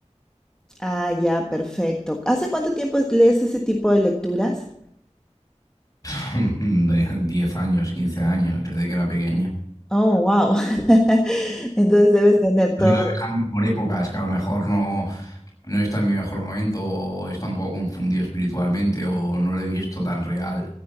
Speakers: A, in the centre; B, on the left.
A: Ah, ya, perfecto. ¿Hace cuánto tiempo lees ese tipo de lecturas?
B: <laughs> De 10 años, 15 años, desde que era pequeño.
A: Oh, wow. <laughs> Entonces debes tener
B: Lo
A: todo.
B: he ido dejando por épocas que a lo mejor no, no está en mi mejor momento o está un poco confundido espiritualmente o no lo he visto tan real.